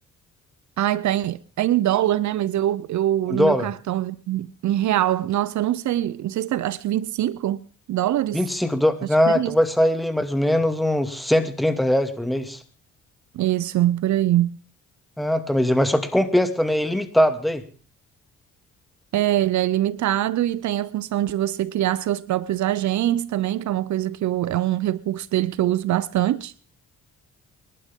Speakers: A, on the right; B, in the centre.
A: Ai, tá em, é em dólar, né? Mas eu, eu
B: em
A: no
B: dólar?
A: meu cartão em real. Nossa, eu não sei. Não sei se tá, acho que 25 dólares.
B: Vinte e cinco dólares.
A: Acho
B: Ah,
A: que é
B: então
A: isso.
B: vai sair ali mais ou menos uns 130 reais por mês.
A: Isso, por aí.
B: Ah, tá, mas, mas só que compensa também, é ilimitado daí.
A: É, ele é ilimitado e tem a função de você criar seus próprios agentes também, que é uma coisa que eu, é um recurso dele que eu uso bastante.